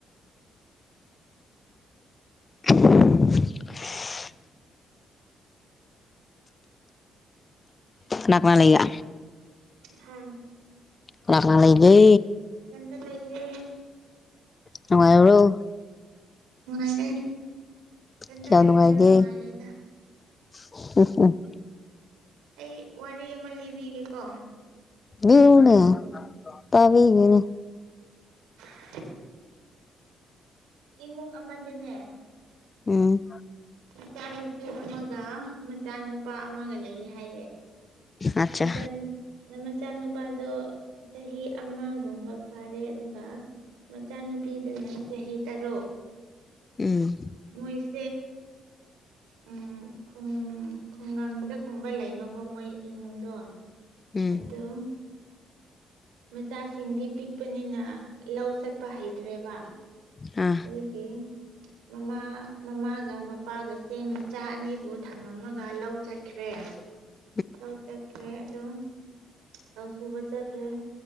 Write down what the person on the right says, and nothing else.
ꯍꯥ
ꯏꯊꯟꯇꯥ ꯂꯩꯌꯦ
ꯅꯨꯡꯉꯥꯏꯔꯦ ꯏꯊꯟꯇ
ꯂꯩꯕꯅ
ꯅꯨꯡꯉꯥꯏꯔꯦꯗ
ꯑꯩ ꯋꯥꯔꯤ ꯑꯃ ꯂꯤꯕꯤꯒꯦꯀꯣ
ꯎꯝ ꯏꯃꯨꯡ ꯑꯃꯗꯅꯦ
ꯃꯆꯥ ꯅꯨꯨꯄꯤ ꯑꯃꯒ ꯃꯆꯥ ꯅꯨꯄꯥ ꯑꯃꯒ ꯂꯩꯌꯦ ꯍꯥꯏꯌꯦ
ꯃꯆꯥꯅꯨꯞ ꯃꯆꯥꯅꯨꯄꯥꯗꯣ ꯆꯍꯤ ꯑꯃꯒꯨꯝꯕ ꯐꯥꯔꯦ ꯑꯗꯨꯒ ꯃꯆꯥꯅꯨꯄꯤꯗꯨꯅ ꯆꯍꯤ ꯇꯔꯨꯛ
ꯃꯣꯏꯁꯦ ꯎꯝ ꯈꯨꯡ ꯈꯨꯡꯒꯪꯗꯒꯨꯝꯕ ꯂꯩꯕꯀꯣ ꯃꯣꯏ ꯏꯃꯨꯡꯗꯣ
ꯑꯗꯨꯝ ꯃꯆꯥꯁꯤꯡꯗꯤ ꯄꯤꯛꯄꯅꯤꯅ ꯂꯧ ꯆꯠꯄ ꯍꯩꯇ꯭ꯔꯦꯕ
ꯑꯗꯨꯀꯤ ꯃꯃꯥ ꯃꯃꯥꯒ ꯃꯄꯥꯒꯁꯦ ꯃꯆꯥ ꯑꯅꯤꯕꯨ ꯊꯝꯃꯝꯃꯒ ꯂꯧ ꯆꯠꯈ꯭ꯔꯦ
ꯂꯧ ꯆꯠꯈ꯭ꯔꯦ ꯑꯗꯨꯝ ꯂꯧ ꯁꯨꯕ ꯆꯠꯈ꯭ꯔꯦ